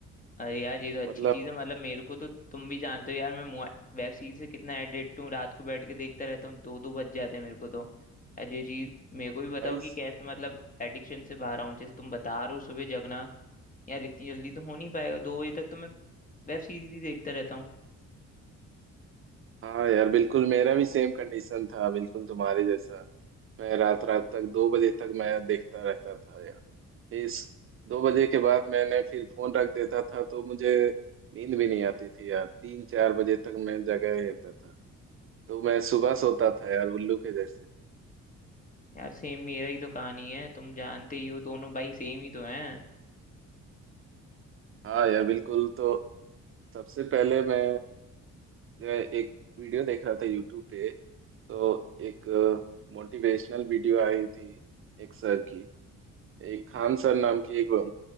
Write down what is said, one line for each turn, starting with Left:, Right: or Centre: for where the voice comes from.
Left: अरे यार ये तो अच्छी
Right: मतलब
Left: चीज है मतलब मेरे को तो तुम भी जानते हो यार मैं मोबा- वेब सीरीज से कितना एडिक्ट हूँ रात को बैठ के देखता रहता हूँ दो दो बज जाते हैं मेरे को तो यार ये चीज मेरे को भी बताओ
Right: भाई
Left: कि कैसे मतलब एडिक्शन से बाहर आऊं जैसे तुम बता रहे हो सुबह जगना यार इतनी जल्दी तो हो नहीं पाएगा दो बजे तक तो मैं वेब सीरीज ही देखता रहता हूँ
Right: हाँ यार बिल्कुल मेरा भी सेम कंडीशन था बिल्कुल तुम्हारे जैसा मैं रात रात तक दो बजे तक मैं देखता रहता था यार इस दो बजे के बाद मैंने फिर फोन रख देता था तो मुझे नींद भी नहीं आती थी यार तीन चार बजे तक मैं जगह ही रहता था तो मैं सुबह सोता था यार उल्लू के जैसे
Left: यार सेम मेरा ही तो कहानी है तुम जानते ही हो दोनों भाई सेम ही तो हैं
Right: हाँ यार बिल्कुल तो सबसे पहले मैं एक वीडियो देख रहा था यूट्यूब पे तो एक मोटिवेशनल वीडियो आई थी एक सर की एक खान सर नाम की एक